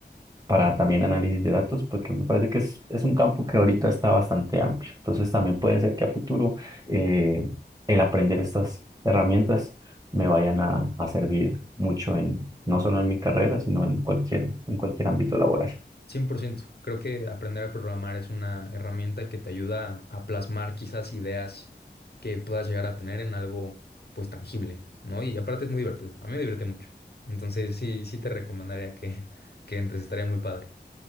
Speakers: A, on the right (about 20°); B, on the left (about 60°).
A: para también análisis de datos, porque me parece que es, es un campo que ahorita está bastante amplio. Entonces también puede ser que a futuro eh, el aprender estas herramientas me vayan a, a servir mucho en, no solo en mi carrera, sino en cualquier, en cualquier ámbito laboral.
B: cien por ciento Creo que aprender a programar es una herramienta que te ayuda a plasmar quizás ideas que puedas llegar a tener en algo pues tangible, ¿no? Y aparte es muy divertido. A mí me divierte mucho. Entonces sí, sí te recomendaría que, que entres. Estaría muy padre.